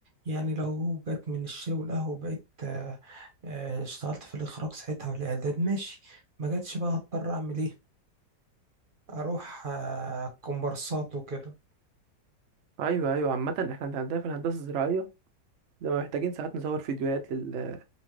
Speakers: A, on the right (about 35°); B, on the right (about 60°).
A: يعني لو جت من الشاي والقهوه بقيت آه، آه، اشتغلت في الاخراج ساعتها والاعداد ماشي ما جاتش بقى هضطر اعمل ايه اروح آه، كومبارسات وكده
B: ايوه ايوه عامه احنا عندنا في الهندسه الزراعيه لما محتاجين ساعات نصور فيديوهات لل...